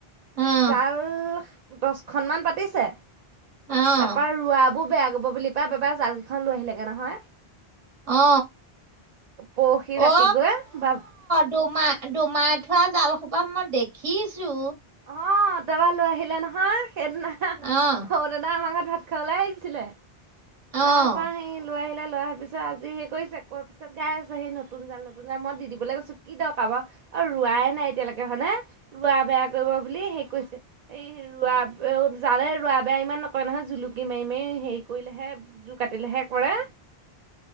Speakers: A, on the right; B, on the right.
A: আহ
B: জাল দচখনমান পাতিছে
A: আহ
B: তাপা ৰোৱ বোৰ বেয়া কৰিব বুলি পাই বাবাই জাল কেইখন লৈ আহিলেগে নহয়
A: অ
B: পৰহি ৰাতি
A: অ
B: গৈ বা
A: দুমা দুমাৰ। পাতি থোৱা জাল সোপা মই দেখিছো
B: অ তাবা লৈ আহিলে নহয় সেইদিনা সৰু
A: আহ
B: দাদাই আমাৰ ঘৰত ভাত খাবলে ওলাই আহিছিলে
A: আহ
B: তাৰ পৰা সি লৈ আহিলে লাই‌ অহা পিছত আজি হেই কৰিছে কোৱাৰ পিছত গাই আছে সেই নতুন জাল নতুন জাল মই দি দিবলৈ গৈছো কি দৰকাৰ বাৰু অ ৰোৱাই নাই এতিয়ালৈকে হয়নে ৰোৱা বেয়া কৰিব বুলি সে কৈছে এই ৰোৱা জালে ৰোৱা বেয়া ইমান নকৰে নহয় জুলুকি মাৰি মাৰি হেৰি কৰিলেহে জোৰ কাটিলেহে কৰে।